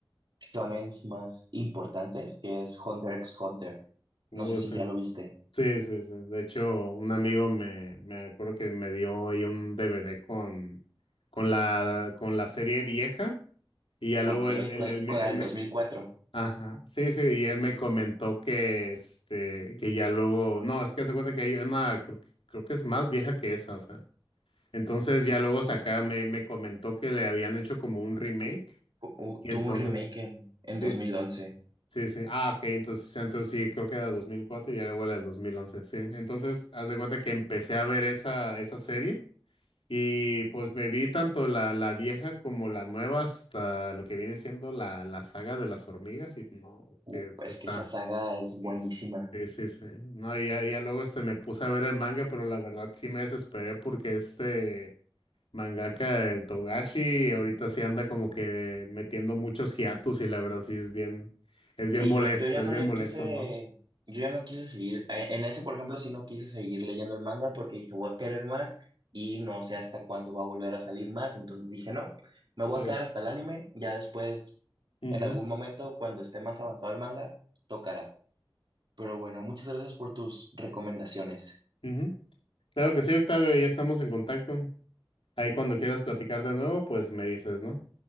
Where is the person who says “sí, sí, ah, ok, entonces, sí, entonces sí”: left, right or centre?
Left